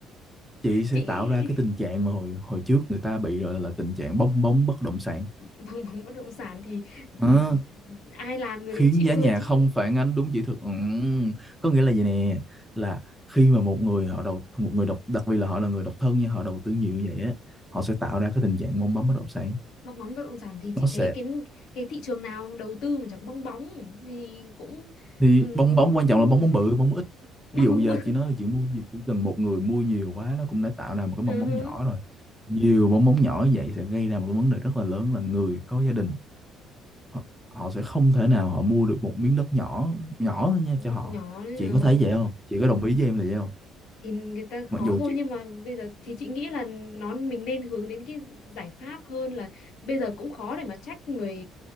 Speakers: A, in the centre; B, on the left.
A: chị sẽ
B: chị
A: tạo ra cái tình
B: <laughs>
A: trạng mà hồi hồi trước người ta bị rồi là tình trạng bong bóng bất động sản
B: bằng móng bất động sản thì,
A: Ờ,
B: thì thì ai làm người
A: khiến
B: đấy chịu
A: giá
B: thôi
A: nhà
B: chị
A: không phản ánh đúng chỉ thực Ừm, có nghĩa
B: Ừ.
A: là gì nè là khi mà một người họ đầu một người độc đặc biệt là họ là người độc thân nhưng họ đầu tư nhiều như vậy á họ sẽ tạo ra cái tình trạng bong bóng bất động sản
B: bong bóng bất động sản thì
A: nó
B: chị
A: sẽ
B: thấy cái cái thị trường nào đầu tư mà chẳng có bong bóng thì cũng
A: thì
B: ừm,
A: bong bóng
B: cũng
A: quan trọng
B: đúng
A: là bong bóng bự bong bóng ít
B: <laughs> bong
A: ví dụ
B: bóng
A: giờ
B: bự
A: chị nói là chị mua gì chỉ cần một người mua nhiều quá nó cũng đã tạo ra một cái bong
B: Ừ
A: bóng
B: hứ.
A: nhỏ rồi nhiều bong bóng nhỏ như vậy sẽ gây ra một cái vấn đề rất là lớn là người có gia đình họ, họ sẽ không thể nào họ mua được một miếng đất nhỏ nhỏ thôi nha
B: Ừ,
A: cho họ
B: nhỏ đấy
A: chị
B: nhờ.
A: có thấy vậy không chị có đồng ý với em là vậy không
B: thì người ta khó
A: mặc dù
B: thôi
A: chị
B: nhưng mà bây giờ thì chị nghĩ là nó mình nên hướng đến cái giải pháp hơn là bây giờ cũng khó để mà trách người